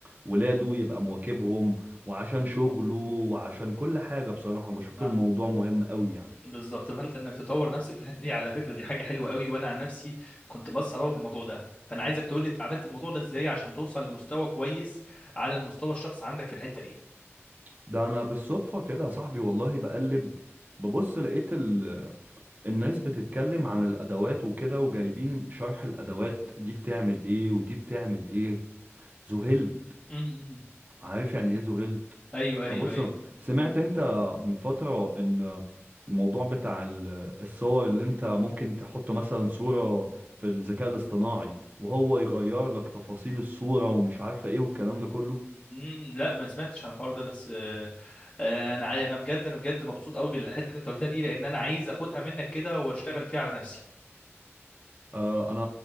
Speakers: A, on the right; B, on the left.
A: ولاده يبقى مواكبهم وعشان شغله وعشان كل حاجة بصراحة بشوف
B: آه.
A: الموضوع مهم قوي يعني
B: بالظبط فأنت إنك تطور نفسك في الحتة دي على فكرة دي حاجة حلوة قوي وأنا عن نفسي كنت بس أراوغ في الموضوع ده فأنا عايزك تقول لي أنت عملت الموضوع ده إزاي عشان توصل لمستوى كويس على المستوى الشخص عندك في الحتة دي
A: ده انا بالصدفة كده يا صاحبي والله بقلب ببص لقيت ال الناس بتتكلم عن الادوات وكده وجايبين شرح الادوات دي بتعمل ايه ودي بتعمل ايه ذهلت
B: مم.
A: عارف يعني ايه ذهلت
B: أيوه أيوه
A: ابص
B: أيوه
A: سمعت انت من فترة ان الموضوع بتاع ال- الصور اللي انت ممكن تحط مثلا صورة في الذكاء الاصطناعي وهو يغير لك تفاصيل الصورة ومش عارفة ايه والكلام ده كله
B: امم لا ما سمعتش عن الحوار ده بس آه، آه، انا عاي- انا بجد انا بجد مبسوط قوي بالحته اللي انت قلتها دي لان انا عايز اخدها منك كده واشتغل فيها على نفسي
A: آه، انا